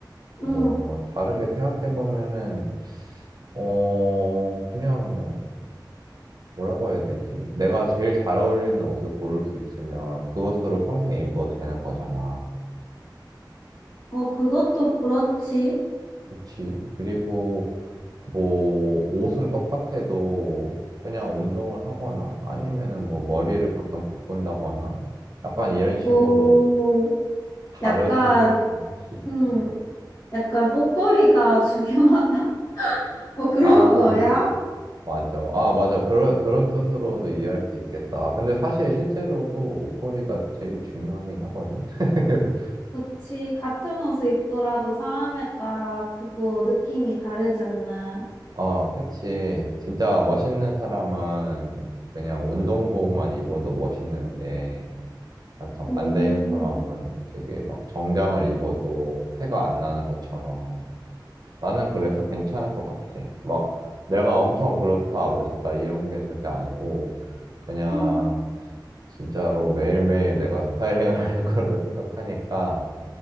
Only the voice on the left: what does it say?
응.
어, 그것도 그렇지.
오,
약간,
음, 약간 옷걸이가 <laughs> 중요하다. 어, 그런
거야?
그치. 같은 옷을 입더라도 사람에 따라 그거 느낌이 다르잖아
음,
음.